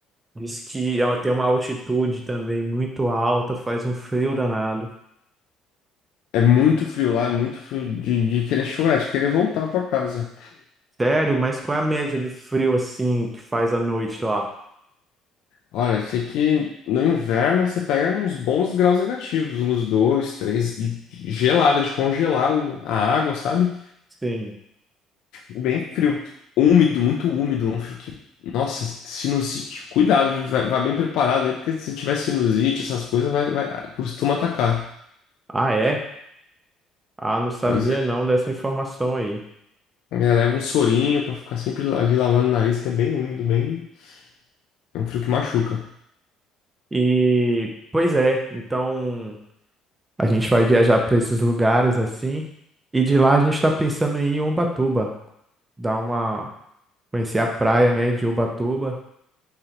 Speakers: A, on the right (about 15°); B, on the left (about 75°).
A: Diz que ela tem uma altitude também muito alta, faz um frio danado.
B: É muito frio lá, é muito frio de, de querer chorar, de querer voltar pra casa.
A: Sério, mas qual é a média de frio assim que faz à noite lá?
B: Olha, eu sei que no inverno você pega uns bons graus negativos, uns dois, três, de- de gelada, de congelar o- a água, sabe?
A: Sim.
B: Bem frio. Úmido, muito úmido, um frio que. Nossa, sinusite. Cuidado, viu? vai, vai bem preparado aí, porque se tiver sinusite, essas coisas, vai, vai- costuma atacar.
A: Ah, é? Ah, não sabia
B: Pois é.
A: não dessa informação aí.
B: É, Leva um sorinho pra ficar sempre ali lavando o nariz, que é bem úmido, bem. É um frio que machuca.
A: E, pois é, então a gente vai viajar para esses lugares assim. E de lá a gente está pensando em ir em Ubatuba, dar uma, conhecer a praia, né, de Ubatuba.